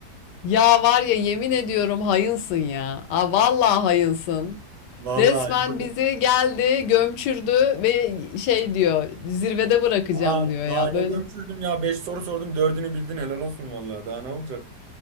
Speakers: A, on the left (about 85°); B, on the right (about 85°).
A: Ya var ya yemin ediyorum hayınsın ya. Aa, vallahi hayınsın.
B: Vallahi
A: Resmen
B: yapacak.
A: bizi geldi, gömçürdü ve şey diyor, zirvede bırakacağım
B: Daha,
A: diyor ya
B: daha ne
A: böyle.
B: gömsüzdüm ya. Beş soru sordum dördünü bildin helal olsun vallahi. Daha ne olacak?